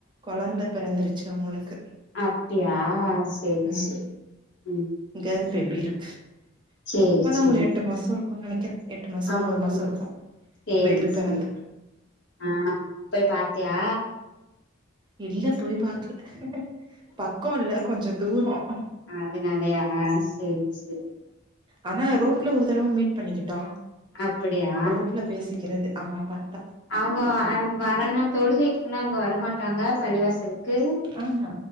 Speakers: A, on the right; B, on the left.
A: குழந்த பொறந்துருச்சு அவுங்களுக்கு
B: அப்டியா சேரி
A: ம்
B: சேரி ம்
A: கேல் பேபி இருக்கு
B: சேரி
A: அப்பதான்
B: சேரி
A: ஒரு எட் எட்டு மாசோ இருக்கும்னு நினைக்கறே எட்டு மாசோ
B: அப்டியா
A: ஒம்பது மாசோ இருக்கும்
B: சேரி
A: பேபி பிறந்து
B: சேரி ஆ போய் பாத்தியா
A: இல்ல போய் பாக்கல பக்கோ இல்ல கொஞ்சம் தூரம்
B: அதுனாலையா சேர் சேர்
A: ஆனா ரோட்ல ஒரு தடவ மீட் பண்ணிக்கிட்டோம்
B: அப்டியா
A: ரோட்ல பேசிக்கிறது ஆமா பார்த்தா
B: அவங்க அவங்க வராங்னா தொழுகைக்குன்னா அவுங்க வரமாட்டாங்க பள்ளிவாசலுக்கு
A: ஆஹா